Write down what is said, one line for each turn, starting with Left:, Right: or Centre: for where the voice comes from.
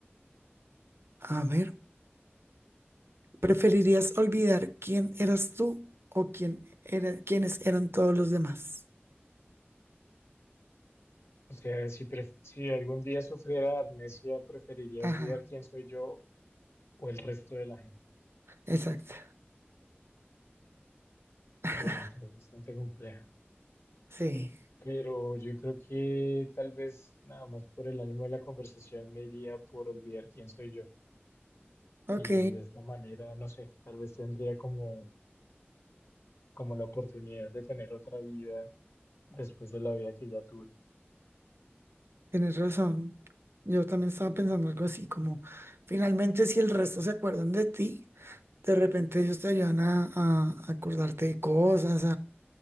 Right: a ver, ¿preferirías olvidar quién eras tú o quién era, quiénes eran todos los demás?
Left: O sea, si, pref- si algún día sufriera amnesia, preferiría
Right: Ajá,
Left: olvidar quién soy yo o el resto de la gente.
Right: exacto. <laughs>
Left: Pregunta es bastante compleja,
Right: Sí.
Left: pero yo creo que tal vez nada más por el ánimo de la conversación me iría por olvidar quién soy yo.
Right: Ok,
Left: Y de esta manera, no sé, tal vez tendría como, como la oportunidad de tener otra vida después de la vida que ya tuve.
Right: tienes razón. Yo también estaba pensando algo así, como finalmente si el resto se acuerdan de ti, de repente ellos te ayudan a, a acordarte de cosas,